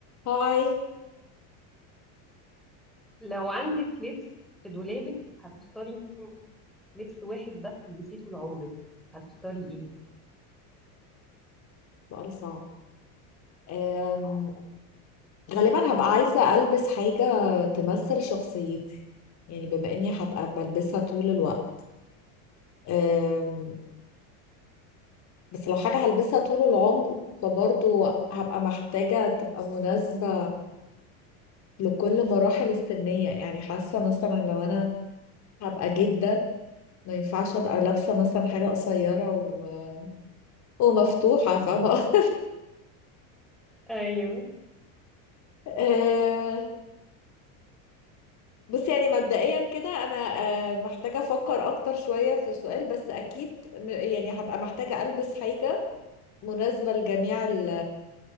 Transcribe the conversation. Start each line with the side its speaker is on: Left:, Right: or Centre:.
Left: هاي
Centre: لو عندك لبس في دولابك هتختاري لبس واحد بس تلبسيه طول عمرك هتختاري ايه؟
Left: سؤال صعب أم... غالبا هبقى عايزة ألبس حاجة تمثل شخصيتي يعني بما إني هبقى بلبسها طول الوقت أم... بس لو حاجة هلبسها طول العمر فبرضو هبقى محتاجة تبقى مناسبة لكل مراحل السنية يعني حاسة مثلا لو أنا هبقى جدة ما ينفعش أبقى لابسة مثلا حاجة قصيرة و... ومفتوحة
Centre: مم.
Left: فاهمة
Centre: ايوه
Left: <laughs> بص يعني مبدئيا كده انا آه، محتاجه افكر اكتر شويه في السؤال بس اكيد م- يعني هبقى محتاجه البس حاجه مناسبه لجميع ال